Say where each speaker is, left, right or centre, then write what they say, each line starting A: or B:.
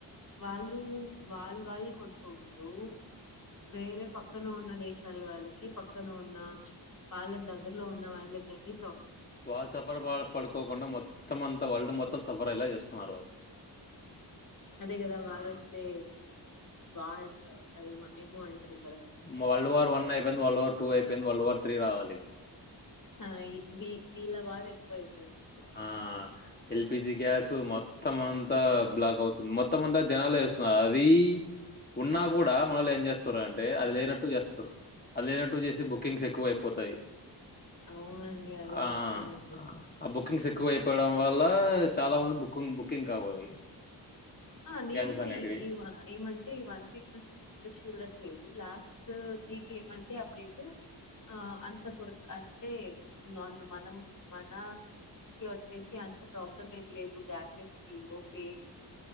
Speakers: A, on the left; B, on the left.
A: వాళ్ళు వాల్వాల్ కొట్కుంటూ వేరే పక్కన ఉన్న దేశ వాళ్వాళ్ళకి పక్కన ఉన్న వాళ్ళకు దగ్గరలో ఉన్న వాళ్ళకి అని
B: వాళ్ళు సఫర్ ప పడుకోకుండా మొత్తం అంతా వరల్డ్ మొత్తం సఫరైయేలా చేస్తున్నారు
A: అదే కదా వారోస్తే
B: వాళ్ళు
A: వార్ అదే ఏమోం అంటరు
B: వరల్డ్ వార్ వన్ అయిపోయింది వరల్డ్ వార్ టూ అయిపోయింది వరల్డ్ వార్ త్రీ రావాలి ఇప్పుడు
A: ఆ ఈ వీ వీళ్ళ బాదేక్కువయిపోయింది
B: ఆహ్ ఎల్పిజి గ్యాసు మ మొత్తమంతా బ్లాక్ అవుతుంది మొత్తం అంతా జనాలు ఎస్తున్నారు అది ఉన్నా కూడా మళ్ళేం చేస్తారు అంటే అది లేనట్టు చేస్తురు అది లేనట్టు చేతే బుకింగ్స్ ఎక్కువైపోతాయి
A: అవునండి అదే
B: ఆహ్
A: జరుగుతుంది ఇప్పుడు
B: ఆ బుకింగ్స్ ఎక్కువైపోవడం వల్ల చాలా మంది బుకుంగ్ బుకింగ్ కావవి
A: ఆ నేను
B: గ్యాసెస్ అనేటివి
A: ఈ ఈ ఏమంటే ఈ వన్ వీక్ నుంచి న్యూస్ చూడట్లేదు లాస్టూ వీక్ ఏమంటే అప్డేటు ఆహ్ అంత కుర్ అంటే నార్మ మనం మన ఓచ్చేసి అంత ప్రాబ్లం ఏం లేదు గ్యాసెస్ కి ఓకే